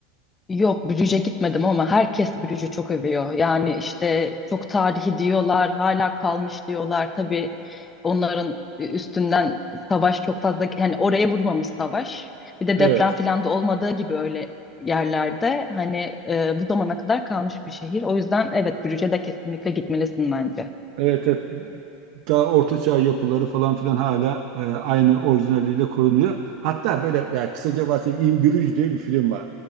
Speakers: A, on the left; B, on the right.
A: Yok Brüj'e gitmedim ama herkes Brüj'ü çok övüyor. Yani işte çok tarihi diyorlar, hala kalmış diyorlar. Tabii onların üstünden savaş çok fazla yani oraya vurmamış savaş. Bir de
B: Evet.
A: deprem falan da olmadığı gibi öyle yerlerde hani e, bu zamana kadar kalmış bir şehir. O yüzden evet Brüj'e de kesinlikle gitmelisin bence.
B: Evet, evet. Daha ortaçağ yapıları falan filan hala e, aynı orijinaliyle korunuyor. Hatta böyle yani kısaca bahsedeyim. İmbirücü diye bir film var.